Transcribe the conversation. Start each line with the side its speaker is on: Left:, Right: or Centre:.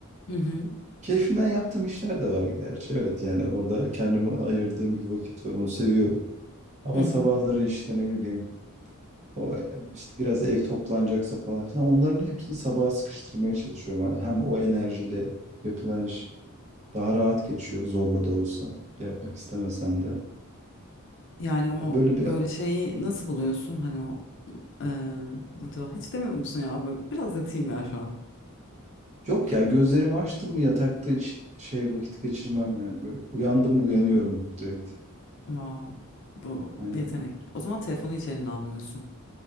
Left: hı hı.
Right: Keyfimden yaptığım işler de var gerçi. Evet yani orada kendime ayırdığım bir vakit var onu seviyorum. Ama
Left: hı hı.
Right: sabahları işte ne bileyim o işte biraz ev toplanacaksa falan filan onların hepsini sabaha sıkıştırmaya çalışıyorum. Hem o enerjiyle yapılan iş daha rahat geçiyor zorla da olsa yapmak istemesem de.
Left: Yani ama
Right: Böyle
Left: o
Right: bir
Left: böyle şeyi nasıl buluyorsun hani o e, motiva- hiç demiyor musun ya böyle biraz yatayım ya şu an.
Right: Yok ya gözlerimi açtım mı yatakta hiç şey vakit geçirmem yani. Böyle uyandım mı uyanıyorum direkt.
Left: Wow, bu
Right: Aynen.
Left: yetenek. O zaman telefonu hiç eline almıyorsun.